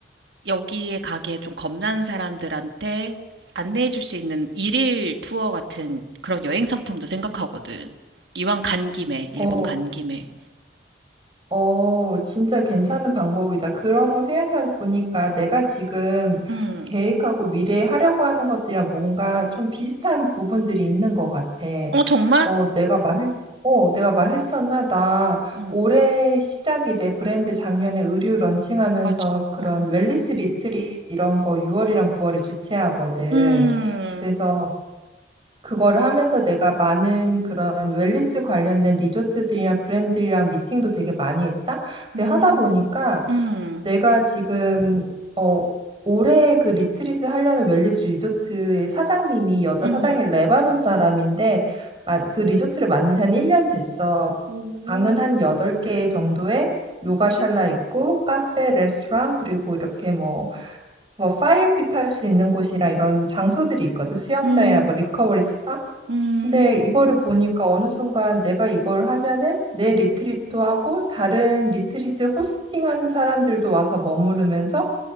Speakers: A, on the right; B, on the right.
A: 여기에 가게 좀 겁나는 사람들한테 안내해 줄 수 있는 일일 투어 같은 그런 여행 상품도 생각하거든. 이왕 간 김에, 일본
B: 어,
A: 간 김에.
B: 어, 진짜 괜찮은 방법이다. 그런 거 생각해 보니까 내가 지금
A: 음,
B: 계획하고 미래에 하려고 하는 것들이랑 뭔가 좀 비슷한 부분들이 있는 것 같아.
A: 어, 정말?
B: 어, 내가 말했, 어, 내가 말했었나? 나
A: 응,
B: 올해 시작이 내 브랜드 작년에 의류 런칭하면서
A: 맞아.
B: 그런
A: 어.
B: 웰니스 리트릿 이런 거 6월이랑 9월에 주최하거든.
A: 음,
B: 그래서 그거를 하면서 내가 많은 그런 웰니스 관련된 리조트들이나 브랜드랑 미팅도 되게 많이 했다. 근데
A: 음,
B: 하다 보니까
A: 음,
B: 내가 지금 어 올해 그 리트릿을 하려는 웰니스 리조트의 사장님이 여자
A: 음.
B: 사장이 레바논 사람인데 마- 그 리조트를 만든 지 한 1년 됐어.
A: 오,
B: 방은 한 8개 정도에 요가 샬라 있고 카페, 레스토랑 그리고 이렇게 뭐 뭐 파이어핏 할 수 있는 곳이랑 이런 장소들이 있거든. 수영장이나
A: 음,
B: 뭐 리커버리 스파.
A: 음.
B: 근데 이거를 보니까 어느 순간 내가 이걸 하면은 내 리트리트도 하고 다른 리트릿을 호스팅하는 사람들도 와서 머무르면서